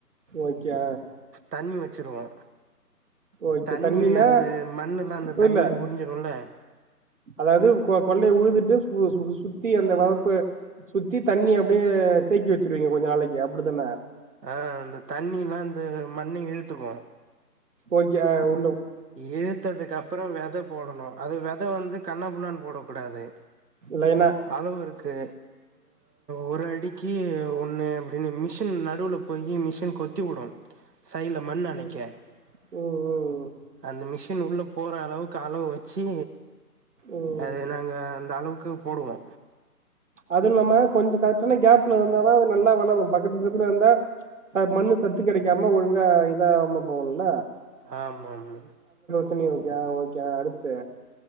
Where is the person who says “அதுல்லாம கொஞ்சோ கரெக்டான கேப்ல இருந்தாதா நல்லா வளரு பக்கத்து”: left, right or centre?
Right